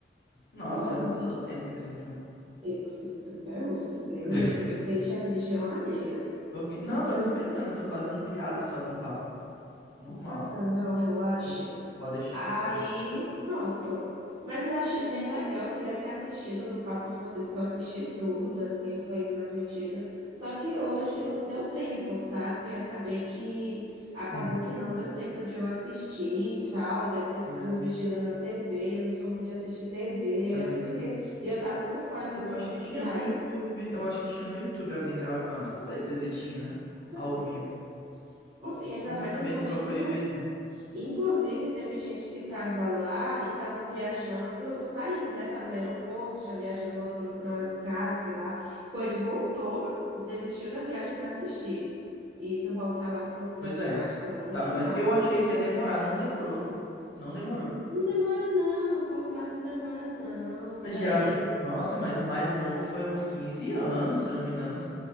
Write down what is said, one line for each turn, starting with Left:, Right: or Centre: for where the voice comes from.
Left: Nossa,
Right: Olha,
Left: já passou
Right: né?
Left: do tempo mesmo, então.
Right: Ei, pastor do Tapéu, você
Left: <laughs>
Right: respeite a religião alheia.
Left: Ok. Não, eu tô respeitando, eu tô fazendo piada só com o Papa. Normal.
Right: Não faça não, relaxe.
Left: Ok. Pode deixar,
Right: Aí,
Left: pode deixar.
Right: pronto. Mas eu achei bem legal, eu queria ter assistido do Papa Francisco, eu assisti tudo, assim, foi transmitido. Só que hoje não deu tempo, sabe? Acabei que acabou
Left: Uhum.
Right: que não deu tempo de eu assistir e tal, deve ter sido
Left: É,
Right: transmitida na TV, eu não sou muito de assistir TV,
Left: também
Right: eu fiquei,
Left: não.
Right: e eu tava por fora das
Left: Eu
Right: redes
Left: acho
Right: sociais,
Left: que tinha no YouTube. Eu acho que tinha no YouTube alguém gravando. Com certeza tinha, né?
Right: com certeza.
Left: Ao vivo.
Right: Com- E ainda
Left: Mas
Right: mais
Left: eu também
Right: no momento
Left: não procurei ver, não.
Right: Inclusive, teve gente que estava lá e estava viajando, saindo, né? Estava no aeroporto, já viajando, voltando para casa, sei lá. Pois voltou, desistiu da viagem para assistir. E Isso, voltar lá para
Left: Pois
Right: ver
Left: é.
Right: o Vaticano.
Left: Tá
Right: Que
Left: vendo?
Right: massa.
Left: Eu achei que ia demorar, não demorou. Não demorou.
Right: Não demora, não. Conclave não demora, não. Isso
Left: Mas
Right: daí
Left: geralmente.
Right: é,
Left: Nossa, mas o mais longo foi uns 15 anos, se eu não me engano. se-